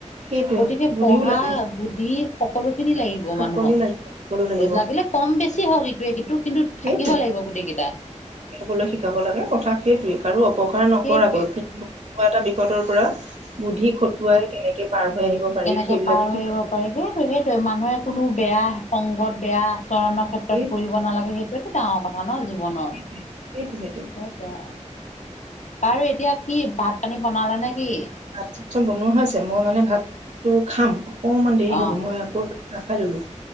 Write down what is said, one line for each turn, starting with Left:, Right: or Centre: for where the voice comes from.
Right: সেইটোৱে।
Left: গতিকে
Right: বুধিও
Left: পঢ়া
Right: লাগে
Left: বুদ্ধি সকলো খিনি লাগিব
Right: সকলো
Left: মানুহক।
Right: লাগিব সকলো লাগিব
Left: লাগিলে কম বেছি <unintelligible>
Right: সেইটোৱে
Left: থাকিব লাগিব গোটেই কেইটা
Right: চাবলৈ শিকাব লাগে। কথা সেইটোৱে। কাৰো অপকাৰ নকৰাকৈ,
Left: সেইটোৱে
Right: কোনা এটা বিপদৰ পৰা বুদ্ধি খটুৱাই কেনেকে পাৰ হৈ আহিব পাৰি
Left: কেনেকে
Right: সেইবিলাকো
Left: পাৰ হৈ
Right: শিকাব
Left: আহিব
Right: লাগে
Left: পাৰি। সেইটো সেইটোৱে মানুহে কোনো বেয়া সংগত বেয়া চৰণৰ ক্ষেত্ৰত
Right: সেইটোৱে
Left: কৰিব নালাগে। সেইটোৱেটো ডাঙৰ কথা ন জীৱনত।
Right: সেইটোৱে সেইটো সেইটো
Left: সেইটোৱে। বাৰু এতিয়া কি ভাত পানী বনালা নে? কি
Right: ভাত চাত চব বনোৱা হৈছে। মই মানে ভাতটো খাম। অকমান দেৰি
Left: অ
Right: হ'ব। মই আকৌ ৰখাই ললো।